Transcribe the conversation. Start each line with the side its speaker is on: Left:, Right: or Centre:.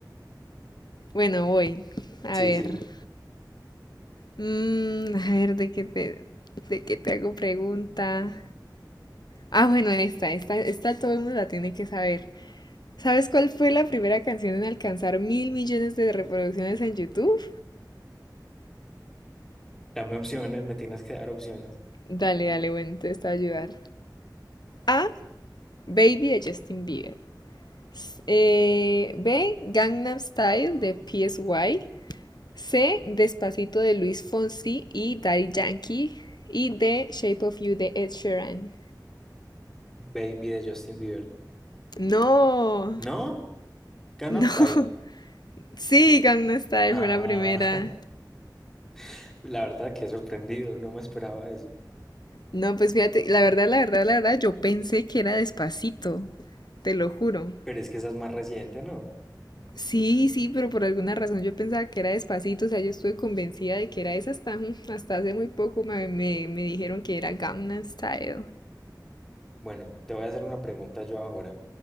Left: Bueno, voy. A
Centre: Sí,
Left: ver.
Centre: sí.
Left: Mm, a ver, ¿de qué te, de qué te hago pregunta? Ah, bueno, esta, esta, esta todo el mundo la tiene que saber. ¿Sabes cuál fue la primera canción en alcanzar mil millones de reproducciones en YouTube?
Centre: Dame opciones, me tienes que dar opciones.
Left: Dale, dale, bueno, entonces te está a ayudar. A. Baby de Justin Bieber. S- eh, B. Gangnam Style de PSY. C. Despacito de Luis Fonsi y Daddy Yankee. Y D. Shape of You de Ed Sheeran.
Centre: Baby de Justin Bieber.
Left: No,
Centre: ¿No? Gangnam
Left: no.
Centre: Style.
Left: <laughs> Sí, Gangnam Style
Centre: Ah,
Left: fue la primera.
Centre: <laughs> la verdad que he sorprendido, no me esperaba eso.
Left: No, pues fíjate, la verdad, la verdad, la verdad, yo pensé que era Despacito, te lo juro.
Centre: Pero es que esa es más reciente, ¿no?
Left: Sí, sí, pero por alguna razón yo pensaba que era Despacito, o sea, yo estuve convencida de que era esa hasta, hasta hace muy poco me, me- me dijeron que era Gangnam Style.
Centre: Bueno, te voy a hacer una pregunta yo ahora,